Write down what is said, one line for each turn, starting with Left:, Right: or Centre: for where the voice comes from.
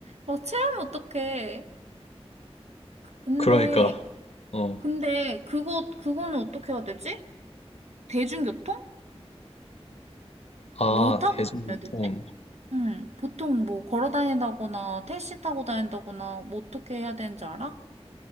Right: 막 체하면 어떡해. 근데,
Left: 그러니까, 어,
Right: 근데, 그거, 그거는 어떻게 해야 되지? 대중교통?
Left: 아,
Right: 뭐 타고
Left: 대중교통.
Right: 다녀야 되지? 응, 보통 뭐 걸어 다닌다거나 택시 타고 다닌다거나 뭐 어떻게 해야 되는지 알아?